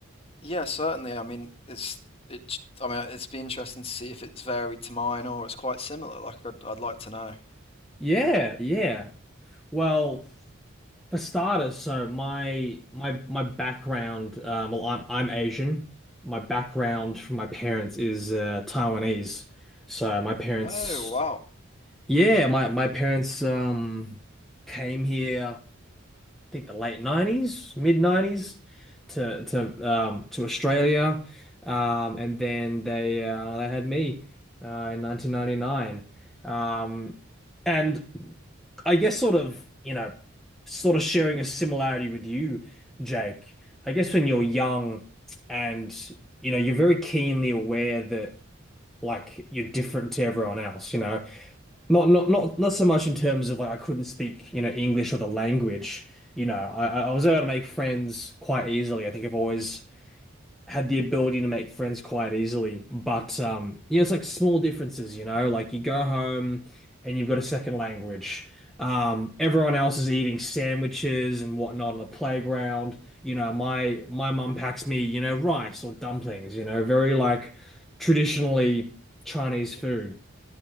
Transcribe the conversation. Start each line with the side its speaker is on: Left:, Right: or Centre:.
Left: Yeah. Certainly. I mean, it's it's. I mean, it's be interesting to see if it's varied to mine or it's quite similar. Like, I'd I'd like to know.
Centre: Yeah, yeah. Well, for starters, so my my my background, um, well, I'm I'm Asian. My background from my parents is uh, Taiwanese. So my parents
Left: Oh, wow.
Centre: Yeah, my my parents um came here, I think the late 90s, mid 90s to to um to Australia. Um and then they uh they had me uh in 1999. Um and I guess sort of, you know, sort of sharing a similarity with you, Jake. I guess when you're young and you know, you're very keenly aware that like you're different to everyone else, you know. Not not not not so much in terms of like I couldn't speak, you know, English or the language. You know, I I I was able to make friends quite easily. I think I've always had the ability to make friends quite easily. But um, yeah, it's like small differences, you know, like you go home and you've got a second language. Um, everyone else is eating sandwiches and whatnot on the playground. You know, my my mum packs me, you know, rice or dumplings, you know, very like traditionally Chinese food.